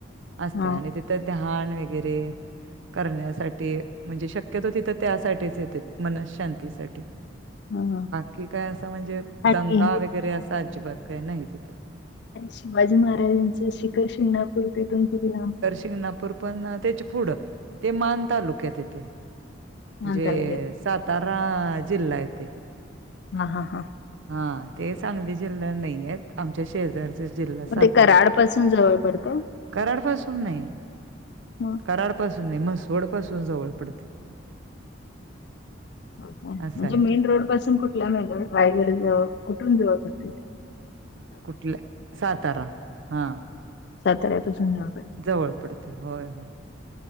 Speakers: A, on the right (about 75°); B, on the left (about 55°).
A: असते
B: हा
A: आणि तिथं ध्यान वग वगैरे करण्यासाठी म्हणजे शक्यतो तिथं त्यासाठीच येते मन शांतीसाठी
B: हा हा.
A: कि काय असं म्हणजे
B: आणि
A: दंगा
B: हे
A: वगैरे असं अजिबात काय नाही तिथं.
B: आणि शिवाजी महाराजांचं शिखर शणापूरतीथून कितीलाम आहे.
A: िंगणापूर पण त्याच पुढं ते मान तालुक आहे तिथे म्हणजे
B: अंतरला गेल
A: सातारा जिल येते.
B: हा हा हा.
A: हा ते सांगली जिल्ह्या नाहीय आमच्या शेजार जिल्हा
B: मग
A: सातारा
B: ते कराड पासून जवळ पडतं
A: कराड पासून नाही.
B: मग
A: कराड पाासून नाही म्हसवड पासून जवळ पडते.
B: म्हणजे
A: असं आहे
B: मेन
A: ते
B: रोड पासून कुठला मेन रोड रायगड जव कुठून जवळ पडतथे
A: कुठल्या सातारा हा.
B: सतर तुसून जा.
A: जवळ पडते होय होय